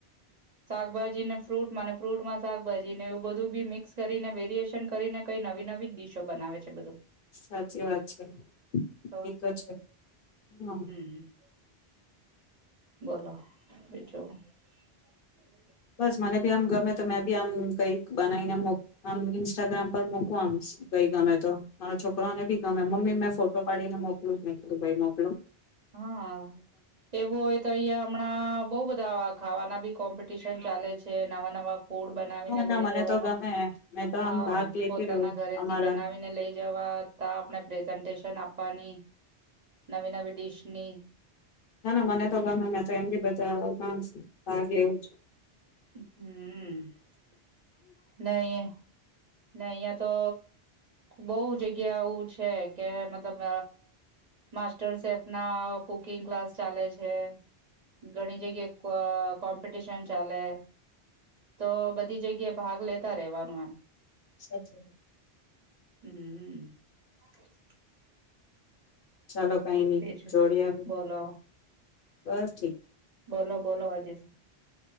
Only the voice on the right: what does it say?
શાકભાજીને ફ્રૂટમાં ફ્રૂટ માં શાકભાજી ને એવું બધું બી મિક્સ કરીને વેરિયશન કરીને કઈ નવી નવી ડીશો બનાવે છે બધું
તો
હમ બોલો હજો હમ
હા એવું હોય તો અહિયાં હમણાં બહ બધા ખાવાના બી કોમ્પિટિશન ચાલે છે નવા નવા ફૂડ બનાવીને
લઈ
જવાનું
હ
પોતાના
ઘરેથી
બનાવીને લઈ જવા ત આપણે પ્રેઝન્ટેશન આપ પાણી નવી નવી ડિશ પ્લે
હમ નહી ને અહિયાં તો બહ જગ્યા એું છે કે મતલબ માસ્ટર શેફ ના કુકિંગ ક્લાસ ચાલે છે ઘણી જગ્યાએ કોમ્પિટિશન ચાલે તો બધી જગ્યા ભાગ લેતા રેવાનું એમ
હમ હ હમ
બીજું
બોલો
બોલો બોલો હજે <inaudible>